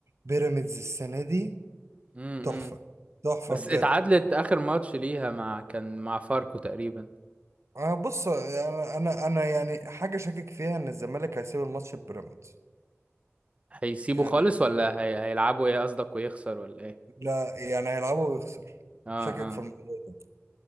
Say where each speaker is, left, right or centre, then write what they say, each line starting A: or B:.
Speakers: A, on the right; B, on the right.
A: بيراميدز السنه دي
B: امم
A: تحفه تحفه
B: بس
A: بجد
B: اتعادلت اخر ماتش ليها مع كان مع فاركو تقريبا
A: أه بص انا انا أنا يعني حاجه شاكك فيها ان الزمالك هيسيب الماتش ببيراميدز
B: هيسيبوا
A: يعني
B: خالص ولا هي... هيلعبوا ايه قصدك ويخسر ولا ايه
A: لا يعني هيلعبه ويخسر
B: اه
A: شاكك
B: اه
A: في الموضوع ده